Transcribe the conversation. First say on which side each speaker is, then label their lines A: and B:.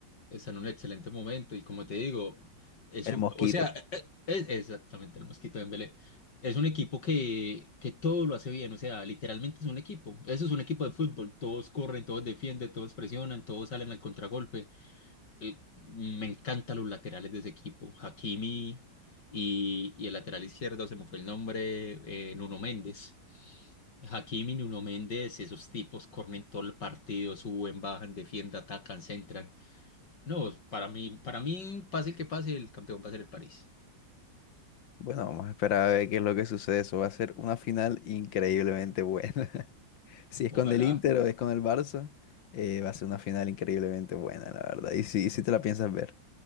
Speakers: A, on the left; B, on the left.
A: está en un excelente momento y como te digo, es
B: El
A: un,
B: Mosquito.
A: o sea, e- e- es exactamente el mosquito de Dembélé. Es un equipo que, que todo lo hace bien, o sea, literalmente es un equipo. Eso es un equipo de fútbol, todos corren, todos defienden, todos presionan, todos salen al contragolpe. el- me encantan los laterales de ese equipo. Hakimi y, y el lateral izquierdo, se me fue el nombre, eh, Nuno Méndez. Hakimi, Nuno Méndez, esos tipos corren todo el partido, suben, bajan, defienden, atacan, centran. No, para mí, para mí, pase que pase, el campeón va a ser el París.
B: Bueno, vamos a esperar a ver qué es lo que sucede. Eso va a ser una final increíblemente buena. <laughs> Si es
A: Ojalá.
B: con el Inter o es con el Barça, eh, va a ser una final increíblemente buena, la verdad. Y si, si te la piensas ver.